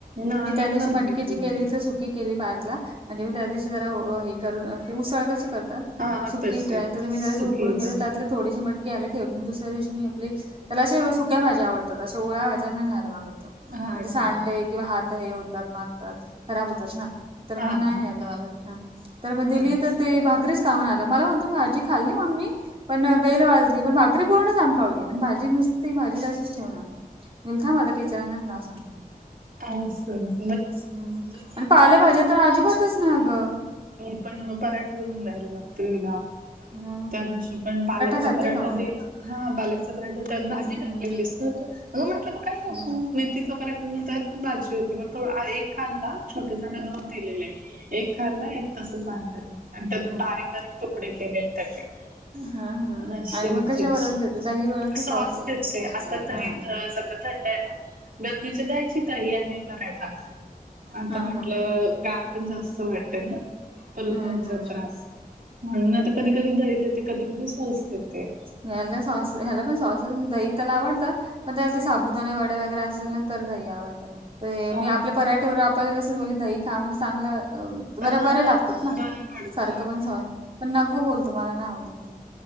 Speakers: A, on the right; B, on the right.
A: नाही
B: मी त्या दिवशी
A: खाल्ली
B: मटकीची
A: तिने.
B: केली तर सुक की केली पार्थला. म्हणजे मी त्या दिवशी जरा ओ हे करून अं आपली उसळ कशी करतात
A: हा
B: सुकी
A: तसे
B: ड्राय तर मी जरा
A: सुकी
B: असे उकळून
A: एकदम
B: घेते. त्यातले थोडीशी मटकी ह्याला ठेवून, दुसऱ्या दिवशी मी आपले त्याला अशे सुक्या भाज्या आवडतात, अशा ओल्या भाज्या नाही खायला मागत. म्हणजे
A: हा का
B: सांडतय किंवा हात हे होतात, माखतात. खराब होतात ना, तर
A: हा
B: मग नाही
A: हा
B: न्ह्यायला मागत. हा. तर मग दिली
A: अच्छा
B: तर ते, भाकरीच खाऊन आला. मला म्हणतो भाजी खाल्ली मम्मी, पण बेल वाजली. पण भाकरी पूर्ण संपवली आणि भाजी नुसती, भाजी तशीच ठेवून आला. मी म्हणलं, थांब आता टीचरांनाच नाव सांगते.
A: आसंच.
B: हम्म. आणि पालेभाज्या तर आजिबातच नाही अगं.
A: मी पण मग, पराठा करून द्यायला लागतो हिला.
B: मग
A: त्या दिवशी पण, पालकचा
B: खाते
A: पराठा
B: का मग?
A: दिला. हा, पालकचा पराठा. त्यात भाजी
B: हम्म
A: टाकलेलीस ना तू? अगं म्हटलं मग काय टाकू?
B: हम्म.
A: मेथीचा पराठा दिला तर. भाजी होती, मग थो एक खाल्ला. छोटे छोटे दोन दिलेले, एक खाल्ला एक तसंच आणलं त्यानी आणि त्यात बारीक बारीक तुकडे केलेले त्याचे. तर
B: हा हा
A: रस्से
B: आणि मग
A: विचित्रं.
B: कशा बरोबर देते दही बरोबर कि
A: सॉस
B: बरोबर
A: घेतंय, आता दही
B: हा.
A: त सध्या थंड आहे ना, गर्मीचं द्यायची दही आणि पराठा. आता
B: हा
A: म्हंटलं
B: हा
A: गार पण जास्त वाटेल ना, परत
B: हम्म
A: व्हायचा
B: हम्म.
A: त्रास. म्हणून आता कधी कधी दही देते, कधी कधी सॉस देते.
B: ह्याला सॉस, ह्याला पण सॉसेस दही त्याला आवडतं मग त्याला ते साबुदाणे वडे वगैरे असेल ना, तर दही आवडतं. ते मी
A: हा
B: आपल्या पराठेबरोबर, आपल्याला कसं बोलली दही खा म्हणजे चांगलं अ ल बर्या,
A: हा
B: बरे लागतात ना.
A: बरं पडत
B: सारखं पण सॉस, पण नको बोलतो मला नाही आवडत ते.